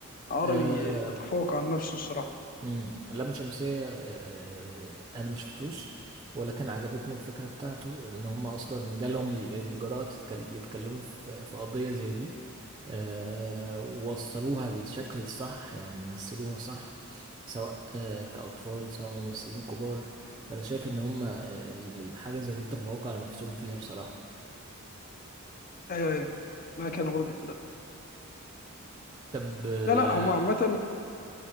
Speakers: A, on the left; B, on the right.
A: عربي
B: آه،
A: بيتفوق عن نفسه الصراحة
B: امم اللام شمسية آه، آه، آه، انا ما شفتوش ولكن عجبتني الفكرة بتاعته ان هم اصلا جالهم ال- الجراءة تتكل- يتكلموا في في قضية زي دي آه، ووصلوها بالشكل الصح يعني مثلوها صح سواء آه، كأطفال سواء ممثلين كبار فانا شايف ان هم آه، ال- الحاجة زي دي تفوقوا على نفسهم فيها بصراحة
A: أيوه أيوه ما كان برضك في ده
B: طب آه،
A: لا لا هما عامة